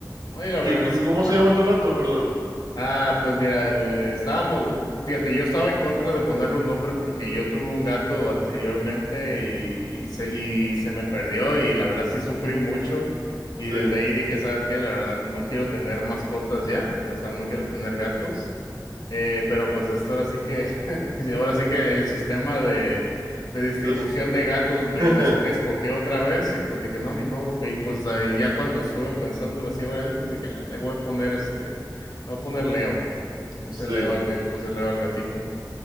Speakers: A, on the left (about 75°); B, on the right (about 80°).
A: ay la
B: ¿Y
A: verdad
B: c-
A: que sí.
B: cómo
A: Ajá.
B: se llama tu gato? Perdón.
A: Ah, pues mira, le- estábamos, fíjate, yo estaba en contra de ponerle un nombre porque yo tuve un gato anteriormente y, se, y se me perdió y la verdad sí sufrí mucho y
B: Sí,
A: desde ahí dije, ¿sabes qué? La verdad no quiero tener mascotas ya, o sea, no quiero tener gatos. Eh, pero pues esto ahora sí que, <laughs> y ahora sí que el sistema de, de distribución
B: es-
A: de gatos me,
B: <laughs>
A: me, me escogió otra vez y pues dije, no, ni modo, y pues ahí ya cuando estuve pensándolo así, varias veces, pues dije, "Ah, le voy a poner este, le voy a poner Leo. Le puse
B: sí,
A: Leo al, ga- le puse Leo al gatito.